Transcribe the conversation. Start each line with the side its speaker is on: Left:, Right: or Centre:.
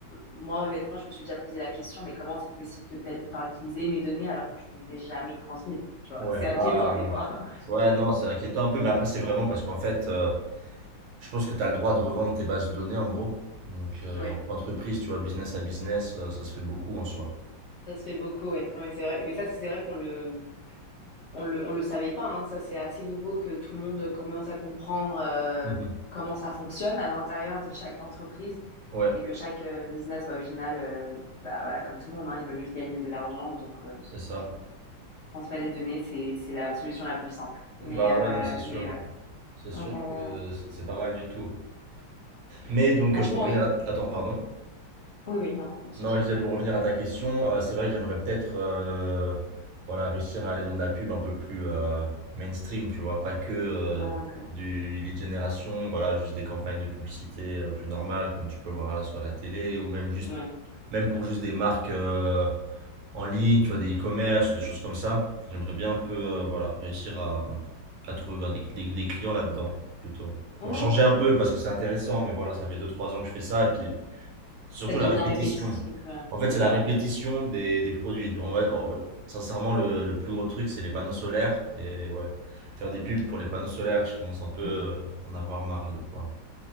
Left: moi, honnêtement, je me suis déjà posé la question, mais comment c'est possible que tel, enfin, qu'ils aient mes données alors que je ne les ai jamais transmises, tu vois?
Right: Ouais,
Left: C'est inquiétant,
Right: bah,
Left: des
Right: euh,
Left: fois. <laughs>
Right: ouais, non, c'est inquiétant un peu, mais après, c'est vraiment parce qu'en fait, euh, je pense que tu as le droit de revendre tes bases de données, en gros. Donc, euh,
Left: Oui,
Right: entre entreprises, tu vois, business à business, euh, ça se fait beaucoup en soi.
Left: ça se fait beaucoup, ouais. Ouais, c'est vrai. Mais ça, c'est vrai qu'on le, on le, on le savait pas, hein, ça c'est assez nouveau que tout le monde commence à comprendre euh,
Right: Mhm.
Left: comment ça fonctionne à l'intérieur de chaque entreprise
Right: Ouais,
Left: et que chaque euh, business, bah, au final, euh, bah, voilà, comme tout le monde, hein, ils veulent juste gagner de l'argent, donc euh,
Right: c'est ça.
Left: transmettre des données, c'est, c'est la solution la plus simple.
Right: Bah,
Left: Mais, euh,
Right: ouais, non, c'est sûr,
Left: mais ouais,
Right: hein. C'est sûr
Left: Euh, euh,
Right: que c'est c'est pas mal du tout. Mais donc,
Left: franchement,
Right: euh, pour revenir
Left: oui.
Right: à... Attends, pardon.
Left: Oui, oui, non, je
Right: Non,
Left: t'inquiète.
Right: je disais pour revenir à ta question, euh, c'est vrai que j'aimerais peut-être euh, voilà, réussir à aller dans de la pub un peu plus euh, mainstream, tu vois, pas que euh,
Left: Donc, euh,
Right: du lead generation, voilà, juste des campagnes de publicité euh, plus normales comme tu peux voir là sur la télé ou même juste
Left: ouais.
Right: même pour juste des marques euh, en ligne, tu vois, des e-commerce, des choses comme ça. J'aimerais bien un peu euh, voilà, réussir à, à trouver ben, des, des- des clients là-dedans plutôt.
Left: Ok.
Right: Pour changer un peu parce que c'est intéressant, mais voilà, ça fait deux trois ans que je fais ça et puis c'est surtout
Left: Ça devient
Right: la répétition.
Left: répétitif, euh,
Right: En fait,
Left: c'est
Right: c'est
Left: ça.
Right: la répétition des, des produits. En vrai, en vrai, sincèrement, le, le plus gros truc, c'est les panneaux solaires. Et ouais, faire des pubs pour les panneaux solaires, je commence un peu
Left: <laughs>
Right: euh, à en avoir marre des fois.